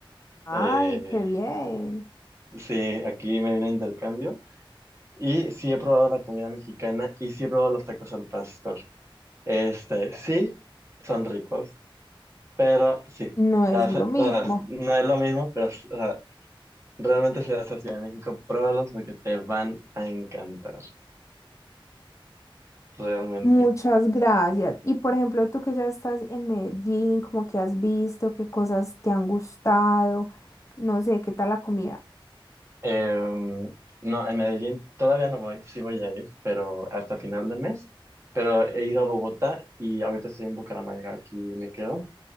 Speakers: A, on the left; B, on the right.
A: Ay,
B: Eh,
A: qué bien.
B: sí, aquí me vine a intercambio. Y sí he probado la comida mexicana y sí he probado los tacos al pastor. Este, sí, son ricos, pero sí,
A: No es
B: las-
A: lo mismo.
B: las- no es lo mismo, pero o sea, realmente si vas a Ciudad de México, pruébalos porque te van a encantar, realmente.
A: Muchas gracias. Y por ejemplo, tú que ya estás en Medellín, como que has visto, qué cosas te han gustado, no sé, qué tal la comida.
B: Em, no, en Medellín todavía no voy, sí voy a ir, pero hasta final de mes, pero he ido a Bogotá y ahorita estoy en Bucaramanga, aquí me quedo,